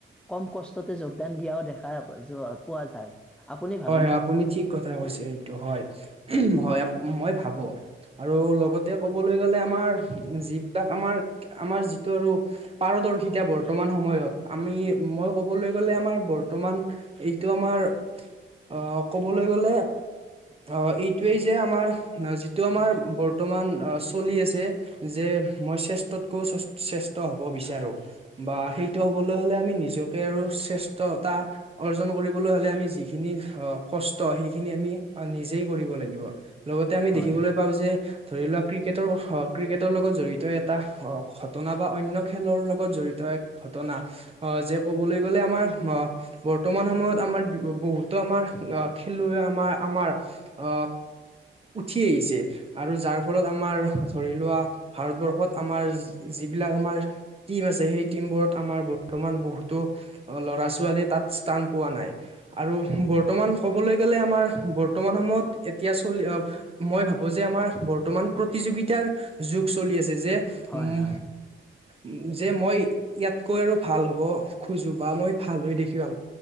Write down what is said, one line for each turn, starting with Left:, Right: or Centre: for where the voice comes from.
Centre: কম কষ্টতে যোগদান দিয়াও দেখা যোৱা পোৱা যায়। আপুনি ভাবেনে
Right: হয় হয় আপুনি ঠিক কথা কৈছে। এইটো হয় হয় মই ভাবো আৰু লগতে ক'বলৈ গ'লে আমাৰ যিবিলাক আমাৰ আমাৰ যিটো আৰু পাৰদৰ্শিতা বৰ্তমান সময়ত আমি, মই ক'বলৈ গ'লে আমাৰ বৰ্তমান এইটো আমাৰ আহ ক'বলৈ গলে অ এইটোৱেই যে আমাৰ যিটো আমাৰ বৰ্তমান চলি আছে যে মই শ্ৰেষ্ঠতকৈ শ্ৰেষ্ঠ হব বিচাৰো বা সেইটো হবলৈ হলে আমি নিজকে আৰু শ্ৰেষ্ঠতা অৰ্জন কৰিবলৈ হ'লে আমি যি যিখিনি কষ্ট সেইখিনি আমি নিজেই কৰিব লাগিব। লগতে আমি
Centre: হয়
Right: দেখিবলৈ পাওঁ যে ধৰি লোৱা ক্ৰিকেটৰ ক্ৰিকেটৰ লগত জড়িত এটা ঘটনা বা অন্য খেলৰ লগত জড়িত ঘটনা আহ যে ক'বলৈ গ'লে আমাৰ বৰ্তমান সময়ত আমাৰ বহুত ত আমাৰ খেলুৱৈ আমাৰ আমাৰ অ উঠি আহিছে আৰু তাৰ ফলত আমাৰ ধৰি লোৱা ভাৰতবৰ্ষত আমাৰ যিবিলাক আমাৰ টিম আছে সেই টীম বোৰত আমাৰ বৰ্তমান বহুতো ল'ৰা ছোৱালীয়ে তাত স্থান পোৱা নাই আৰু বৰ্তমান ক'বলৈ গ'লে আমাৰ বৰ্তমান সময়ত এতিয়া চলি মই ভাবো যে আমাৰ বৰ্তমান প্ৰতিযোগিতাৰ যুগ চলি আছে যে
Centre: হয়
Right: উম
Centre: হয়
Right: উ যে মই ইয়াতকৈ আৰু ভাল হ'ব খোজো বা মই ভাল হৈ দেখাম